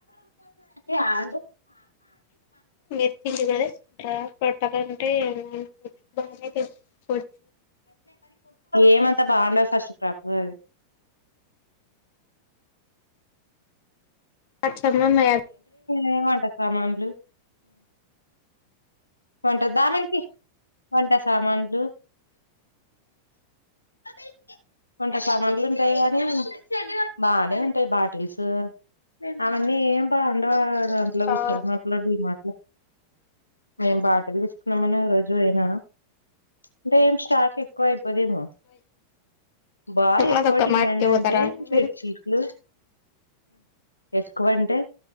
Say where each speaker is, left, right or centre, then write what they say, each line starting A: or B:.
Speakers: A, on the left; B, on the left.
A: అ
B: మర్ తిీ చ పంట బ ప
A: ఏమంతా బాగుండదు ఫస్ట్ ప్ర్రాప్ అది
B: స సన్నాన్నాయా
A: ఏమంట సామాన్లు వంట దామకి వంట సామాన్లు అదే వంట సమాన్లు ఉంటాయి కాని బానే ఉంటాయి బాటిల్స్ అవన్నీ ఏం బాగుండవు దాంట్లో
B: ఆ
A: విశాల్ మాట్లో మాటలో మేం బాటలు తీసుకున్నామని ఒక రోజు అయినా అంటే ఏ స్టాక్ ఎక్కువ అయిపో సదేమ బా ఎక్కువ
B: అదొక్క
A: డిమాండ్
B: మాటకి పోతారా
A: అంటే
B: మీరు
A: బెడ్షీట్లు ఎక్కువంటే